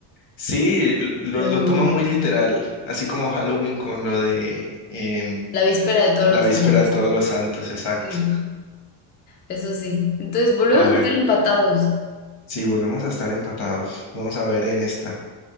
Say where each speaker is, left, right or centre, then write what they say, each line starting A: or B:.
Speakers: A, on the left (about 75°); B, on the left (about 20°).
A: Sí, l- lo,
B: Pero
A: lo
B: mm,
A: toma muy literal, así como Halloween con lo de em,
B: la víspera de todos
A: la
B: los
A: víspera
B: santos.
A: de todos los santos, exacto.
B: Sí, eso sí. Entonces, volvemos
A: A ver,
B: a estar empatados.
A: si volvemos a estar empatados, vamos a ver en esta.